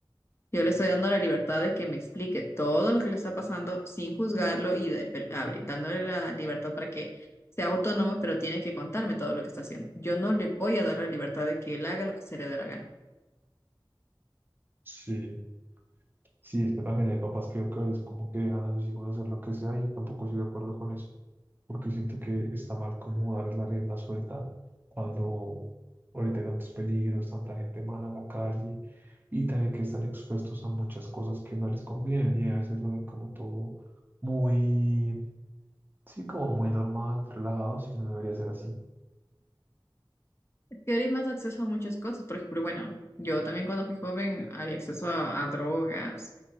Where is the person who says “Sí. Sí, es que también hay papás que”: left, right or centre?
Right